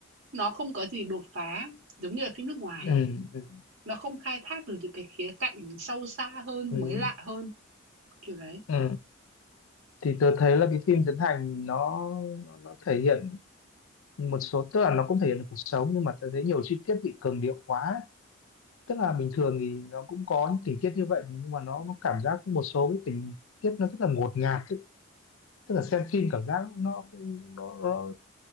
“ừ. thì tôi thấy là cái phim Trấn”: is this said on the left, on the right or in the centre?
Left